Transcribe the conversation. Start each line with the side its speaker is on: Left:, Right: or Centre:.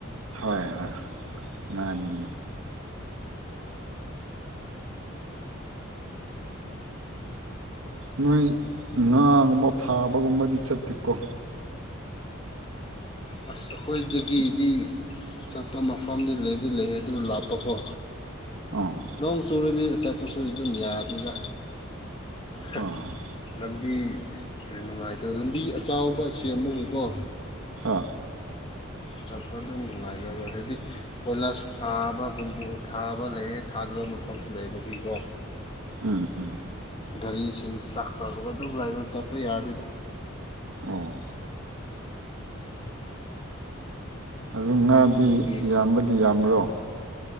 Right: ꯍꯣꯏ ꯍꯣꯏ ꯃꯥꯅꯤꯅꯦ ꯅꯣꯏ ꯉꯥꯒꯨꯝꯕ ꯐꯥꯕꯒꯨꯝꯕꯗꯤ ꯆꯠꯇꯦꯀꯣ
Left: ꯑꯁ ꯑꯩꯈꯣꯏꯗꯒꯤꯗꯤ ꯆꯠꯄ ꯃꯐꯝꯗꯤ ꯂꯩꯕꯨꯗꯤ ꯂꯩ ꯑꯗꯨ ꯂꯥꯞꯄꯀꯣ
Right: ꯑꯣ
Left: ꯅꯣꯡ ꯆꯨꯔꯗꯤ ꯆꯥꯞꯄꯁꯨ ꯑꯗꯨꯝ ꯌꯥꯗꯦꯗ ꯍꯥ
Right: ꯍꯣꯏ ꯍꯣꯏ
Left: ꯂꯝ ꯕꯤ ꯈꯔ ꯅꯨꯡꯉꯥꯏꯇꯥ ꯂꯝꯕꯤ ꯑꯆꯥꯎꯕ ꯁꯦꯝꯕꯒꯤꯀꯣ
Right: ꯍꯥ
Left: ꯆꯠꯄꯗꯨꯝ ꯅꯨꯡꯉꯥꯏꯔꯔꯣꯏ ꯍꯥꯏꯕꯗꯤ ꯀꯣꯏꯂꯥꯁ ꯊꯥꯕꯒꯨꯝꯕꯨ ꯊꯥꯕ ꯂꯩꯌꯦ ꯊꯥꯗꯕ ꯃꯐꯝꯁꯨ ꯂꯩꯕꯒꯤꯀꯣ
Right: ꯎꯝ ꯎꯝ
Left: ꯒꯥꯔꯤꯁꯤꯡ ꯁ꯭ꯇꯥꯛ ꯇꯧꯔꯒ ꯑꯗꯨꯝ ꯂꯩꯔ ꯆꯠꯄ ꯌꯥꯗꯦꯗ
Right: ꯑꯣ ꯑꯗꯨ ꯉꯥꯗꯤ
Left: ꯑꯗꯨꯒꯤ
Right: ꯌꯥꯝꯕꯗꯤ ꯌꯥꯝꯕ꯭ꯔꯣ